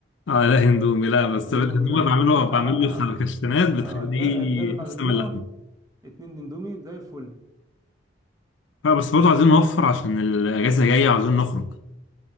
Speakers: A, on the left; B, on the right.
A: اه لا هندومي لا بس
B: اندومي
A: الهندومي
B: بقى
A: بعمله
B: خش
A: بعمله
B: على
A: فركشتنات بتخليه
B: آه، الد- الداده بتاعت
A: يقسم
B: الطرقه
A: اللحمة
B: اتنين اندومي زي الفل
A: لا بس برضه عايزين نوفر عشان الأجازة جاية وعايزين نخرج